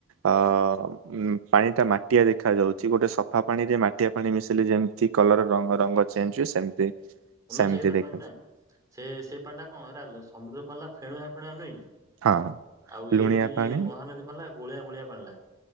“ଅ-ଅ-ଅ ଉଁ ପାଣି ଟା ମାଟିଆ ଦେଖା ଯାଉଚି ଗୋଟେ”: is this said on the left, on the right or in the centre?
Right